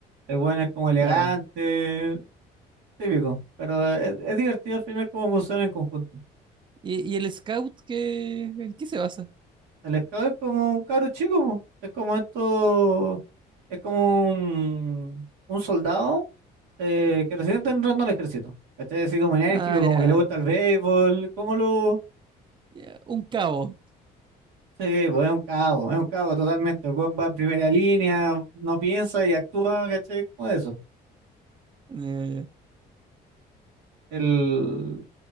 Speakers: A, on the right (about 85°); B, on the right (about 30°).
A: El weón es como elegante,
B: Claro.
A: típico. Pero es, es divertido al final cómo funciona en conjunto.
B: ¿Y, y el scout qué, en qué se basa?
A: El scout es como un cabro chico, po. Es como esto, es como un, un soldado eh, que recién está entrando al ejército, ¿cachai? Así como enérgico,
B: Ah,
A: como
B: ya.
A: que le gusta el béisbol, como lo...
B: ya, Un cabo.
A: Sí, pues es un cabo, es un cabo totalmente, el buen va en primera línea, no piensa y actúa, ¿cachai? Como eso.
B: Ya, ya.
A: El,